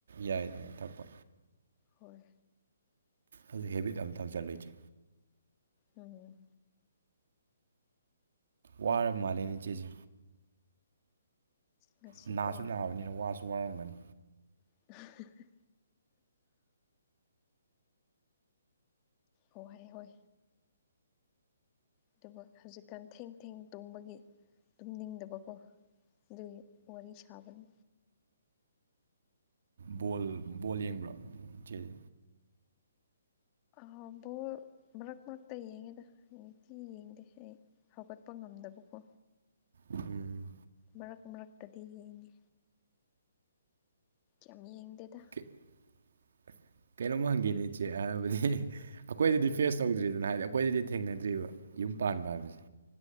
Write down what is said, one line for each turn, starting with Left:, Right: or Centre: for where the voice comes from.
Right: ꯌꯥꯏꯗꯅ ꯊꯛꯄ
Left: ꯍꯣꯏ
Right: ꯑꯗꯨ ꯍꯦꯕꯤꯠ ꯑꯃ ꯊꯥꯝꯖꯤꯜꯂꯨ ꯏꯖꯦ
Left: ꯎꯝ
Right: ꯋꯥꯔꯥ ꯃꯥꯜꯂꯦꯅꯦ ꯏꯆꯦꯖꯦ
Left: ꯉꯁꯤꯀꯣ
Right: ꯅꯥꯁꯨ
Left: ꯑꯁ
Right: ꯅꯥꯕꯅꯤꯅ ꯋꯥꯁꯨ ꯋꯥꯔꯝꯒꯅꯤ
Left: <unintelligible> ꯍꯣꯏ ꯍꯣꯏ ꯑꯗꯨꯕꯨ ꯍꯧꯖꯤꯛꯀꯥꯟ ꯊꯦꯡ ꯊꯦꯡ ꯇꯨꯝꯕꯒꯤ ꯇꯨꯝ ꯅꯤꯡꯗꯕꯀꯣ ꯑꯗꯨꯒꯤ ꯋꯥꯔꯤ ꯁꯥꯥꯕꯅꯤ
Right: ꯕꯣꯜ ꯕꯣꯜ ꯌꯦꯡꯕ꯭ꯔꯣ ꯏꯆꯦꯖꯦ
Left: ꯕꯣꯜꯗꯣ ꯃꯔꯛ ꯃꯔꯛꯇ ꯌꯦꯡꯉꯦꯗ ꯅꯤꯡꯇꯤ ꯌꯦꯡꯗꯦ ꯑꯩ ꯍꯧꯒꯠꯄ ꯉꯝꯗꯕꯀꯣ
Right: ꯎꯝ
Left: ꯃꯔꯛ ꯃꯔꯛꯇꯗꯤ ꯌꯦꯡꯉꯤ ꯌꯥꯝ ꯌꯦꯡꯗꯦꯗ
Right: <inaudible> ꯀꯩꯅꯣꯃ ꯍꯪꯒꯦꯅꯦ ꯏꯆꯦ ꯍꯥꯏꯕꯗꯤ ꯑꯩꯈꯣꯏꯗꯗꯤ ꯐꯦꯁ ꯇꯧꯗ꯭ꯔꯤꯗꯅ ꯍꯥꯏꯗꯤ ꯑꯩꯈꯣꯏꯗꯗꯤ ꯊꯦꯡꯅꯗ꯭ꯔꯤꯕ ꯌꯨꯝ ꯄꯥꯟꯕ ꯍꯥꯏꯕꯁꯦ